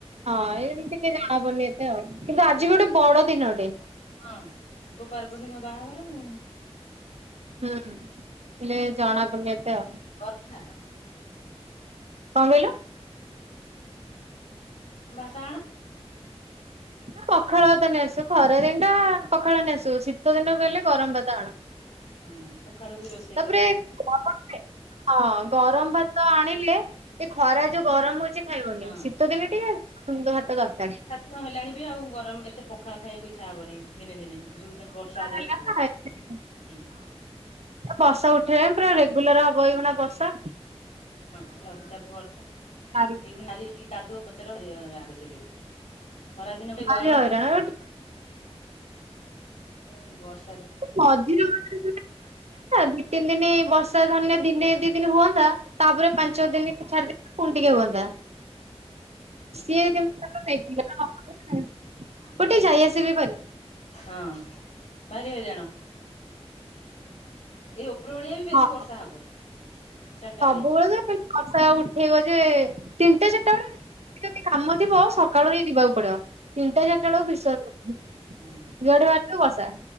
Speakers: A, on the right; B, on the left.
A: ହଁ ଏମ୍ ତି ଟିକେ ଜାହା ହବନି ଏତେ ଆଉ କିନ୍ତୁ ଆଜି ବି ଗୋଟେ ବଡ ଦିନଟେ।
B: ହଁ ଶିବ ପାର୍ବତୀଙ୍କ ବାହାଘର ଆଉ।
A: ହୁଁ ହେଲେ ଜଣାପଡ଼ନି ଏତେ ଆଉ।
B: ବରଥା।
A: କଣ କହିଲ?
B: ଵାଦାଆଣ।
A: ନା ପଖାଳ ଭାତ ନେଇ ଆସୁ ଖରା ଦିନ ଟା ପଖାଳ ନେଇ ଆସୁ ଶୀତ ଦିନକୁ ଗଲେ ଗରମ ଭାତ ଆଣ।
B: ହଁ ସକାଳୁ ବି ରୋଷେଇ
A: ତାପରେ
B: କରିକି
A: ଗରମ୍ ହଁ ଗରମ ଭାତ ଆଣିଲେ। ଏ ଖରା ଯୋଉ ଗରମ ହଉଛି ଖାଇବନି
B: ହଁ
A: ଶୀତଦିନେ ଟିକେ ସୁନ୍ଦ ଭାତ ଦରକାର।
B: ନ ହେଲାଣି ବି ଆଉ ଗରମ ଏତେ ପଖା ଖବାକୁ ଇଚ୍ଛା ହବନି। ଦିନେ ଦିନେ ଯୋଉ ଦିନ ବର୍ଷା ଆଜି
A: ହେଲା
B: ହୋଉଥିବା
A: ନା
B: ହୁଁ।
A: ହଁ। ବର୍ଷା ଉଠେଇବା ପୁରା ରେଗୁଲାର ହବ ଏଇନା ବସା।
B: ହଁ ଲଘୁଚାପ ବର୍ଷା
A: ଭାରି
B: ଏଇଗୁ ମାରି କାଦୁଅ ପଚରା ରାଗ ଚିଡିବ। ଖରା ଦିନ
A: ଭାରି
B: ଗରମ
A: ହଇରାଣ
B: ସଇଛି ଏଇ ବର୍ଷ।
A: ମଝିରେ ମାତା ଦି ତିନି ଦିନ ବର୍ଷା ଧ ଦିନେ ଦି ଦିନ ହୁଅନ୍ତା ତାପରେ
B: ହଁ
A: ପାଞ୍ଚ ଦିନ ଛାଡିକି ପୁଣି ଟିକେ ହୁଅନ୍ତା।
B: ଏମିତି
A: ସିଏ
B: ହେଲେ ତୁ
A: ଗୋଟେ
B: ହଁ ହେଇ
A: ଯାଇ ଆସିବି ପାରିବ।
B: ହଁ ଭାରି ହଇରାଣ। ଏଇ ଉପର ଓଳିଆ ବି ବେଶୀ
A: ହଁ
B: ବର୍ଷା ହବ। ଚାରିଟା
A: ସବୁବେଳେ
B: ବେଳିଆ
A: ତ ବର୍ଷା ଉଠେଇବ ଯେ ତିନିଟା
B: ହୁଁ
A: ଚାରିଟା ବେଳେ ଯଦି କାମ
B: ହୁଁ
A: ଥିବ ଆଉ। ସକାଳୁ ହି ଯିବାକୁ ପଡିବ ତିନିଟା
B: ହଁ
A: ଚାରିଟା ବେଳକୁ ବିଶ୍ୱାସ କରିବୁନି
B: ହଁ
A: ଯୁଆଡେ ଯିବୁ ବର୍ଷା।